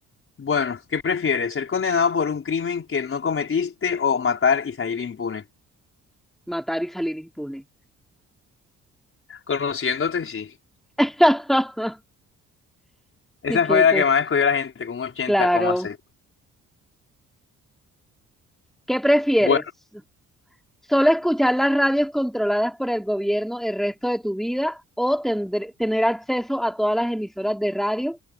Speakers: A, on the left; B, in the centre.
A: Bueno, ¿qué prefieres? ¿Ser condenado por un crimen que no cometiste o matar y salir impune?
B: Matar y salir impune.
A: Conociéndote, sí.
B: <laughs>
A: Esa
B: ¿Qué, qué,
A: fue la
B: qué?
A: que más escogió la gente, con un ochenta
B: Claro.
A: coma seis
B: ¿Qué prefieres?
A: Bueno,
B: ¿Solo escuchar las radios controladas por el gobierno el resto de tu vida o tendr- tener acceso a todas las emisoras de radio,